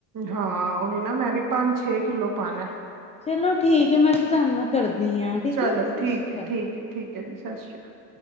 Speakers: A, on the right (about 40°); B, on the left (about 15°).
A: ਹਾਂ ਔਹੀ ਨਾ ਮੈਂ ਵੀ ਪੰਜ ਛੇ ਕਿੱਲੋ ਪਾਣਾ।
B: ਚਲੋ ਠੀਕ ਹੈ ਮੈਂ ਫਿਰ ਤੁਹਾਨੂੰ ਨਾਲ ਕਰਦੀ ਹਾਂ ਠੀਕ
A: ਚਲੋ
B: ਹੈ ਜੀ ਸਸਸ਼੍ਰੀ
A: ਠੀਕ ਹੈ
B: ਕਾਲ।
A: ਠੀਕ ਹੈ ਠੀਕ ਹੈ ਜੀ ਸਸਸ਼੍ਰੀ ਕਾਲ।